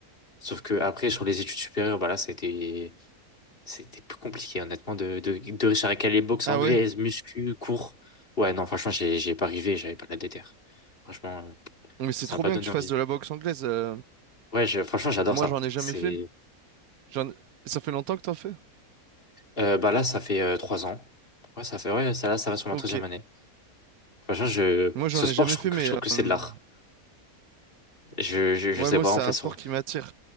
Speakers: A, on the left; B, on the right.
A: Sauf que après, sur les études supérieures, bah là, c'était, c'était plus compliqué, honnêtement, de, de, de récupérer les boxe
B: Ah
A: anglaise,
B: ouais?
A: muscu, cours. Ouais, non, franchement, j'ai, j'ai pas arrivé. J'avais pas la déter. Franchement, euh,
B: Mais c'est
A: ça
B: trop
A: m'a pas
B: bien
A: donné
B: que tu
A: envie.
B: fasses de la boxe anglaise. euh,
A: Ouais, je- franchement, j'adore
B: moi,
A: ça.
B: j'en ai jamais
A: C'est,
B: fait. J'en- Ça fait longtemps que t'en fais?
A: euh, bah là, ça fait euh, trois ans. Ouais, ça fait, ouais, ça là, ça va sur ma
B: Ok.
A: troisième année. Franchement, je,
B: Moi, j'en
A: ce sport,
B: ai jamais
A: je trouve
B: fait,
A: que,
B: mais
A: je trouve que c'est
B: euh,
A: de l'art. Je, je, je
B: ouais,
A: sais
B: moi,
A: pas,
B: c'est
A: en fait,
B: un
A: sur,
B: sport qui m'attire.